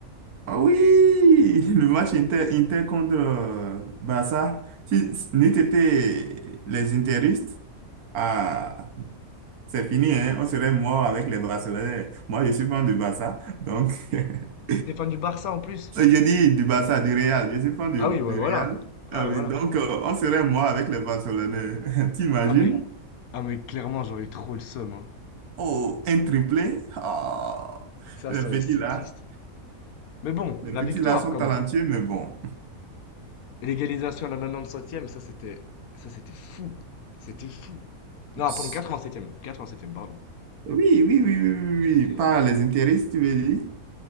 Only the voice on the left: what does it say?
T'es fan du Barça en plus?
Ah oui,
ouais, voilà.
Ah
ouais,
voilà.
Ah mais, Génial. ah mais clairement, j'aurais eu trop le seum. hein.
Ça,
ça,
c'est
triste. Mais bon,
la
victoire
quand
même. hein.
Et l'égalisation à la 97e, ça c'était ça c'était fou. C'était fou.
Non, pardon, 87e. 87e, pardon.
Ça c'était